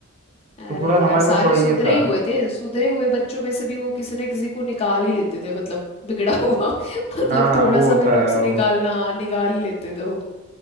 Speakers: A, on the left (about 30°); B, on the right (about 35°).
A: अरे
B: तो थोड़ा
A: यार
B: हमारे
A: सारे
B: में थोड़ा
A: सुधरे
B: ये था
A: ही हुए थे सुधरे हुए बच्चों में से भी वो किसी न किसी को निकाल ही लेते थे मतलब बिगड़ा हुआ <laughs> मतलब
B: हाँ हाँ
A: थोड़ा
B: वो होता
A: सा भी नुक्स
B: है वो
A: निकालना निकाल ही लेते थे वो